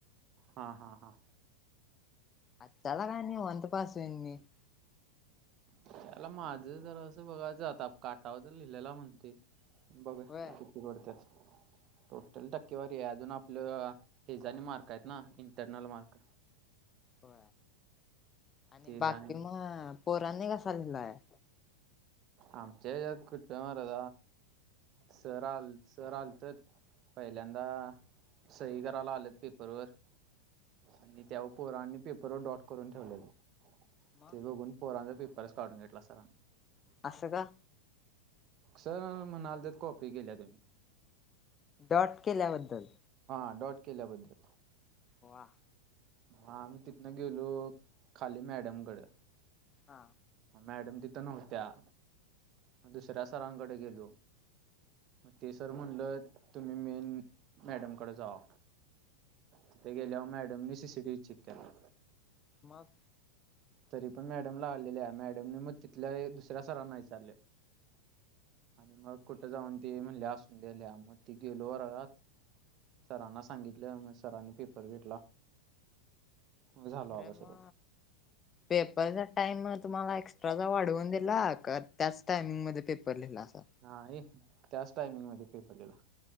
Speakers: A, on the right; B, on the left.
A: हा, हा, हा,
B: अ चला काणी वंत पास येनी <unintelligible>
A: त्याला माझं जर असं बघायचं, आता काटावर तर लिहिलेला म्हणतय. बघुया
B: होय
A: किती पडत्यात. टोटल टक्केवारी आहे, अजून आपलं हेजणी मार्क आहेत ना इंटरनल मार्क.
B: हो आणि
A: ते
B: बाकी
A: जाणे
B: मग पोराने कसा लिहिलाय?
A: आमच्या यात कुठ महाराज सर आ सर आलतत पहिल्यांदा सही करायला आलत पेपरवर आणि त्यावर पोरांनी पेपरवर डॉट करून ठेवलेलं.
B: मग
A: ते बघून पोरांचा प परषवड एटला सार आणि <unintelligible>
B: आसं का?
A: सर म्हणाल तेत, कॉपी केल्या तुम्ही?
B: डॉट केल्याबद्दल
A: हा डॉट केल्याबद्दल.
B: वा!
A: हा आम्ही तिथनं गेलो, खाली मॅडम कड
B: हा.
A: मॅडम तिथ नव्हत्या, म दुसऱ्या सरांकडे गेलो, म ते सर म्हणलत, तुम्ही मेन मॅडमकड जावा, तिथे गेल्यावर मॅडमनी C C T V check केला.
B: मग?
A: तरी पण मॅडमला आलेल्या मॅडमने मग तिथल्या दुसऱ्या सरांना विचारले आणि मग कुठं जाऊन ते म्हणल्या, असून दे लिहा. म ती गेलो वरगात सरांना सांगितलं, मग सरांनी पेपर घेतला. झालं
B: खर
A: बाबा सगळं
B: म पेपरचा टाइम तुम्हाला एक्स्ट्राचा वाढवून दिला का? त्याच टायमिंगमध्ये पेपर लिहिला. असा
A: नाही. त्याच टाइमिंगमध्ये पेपर लिहिला.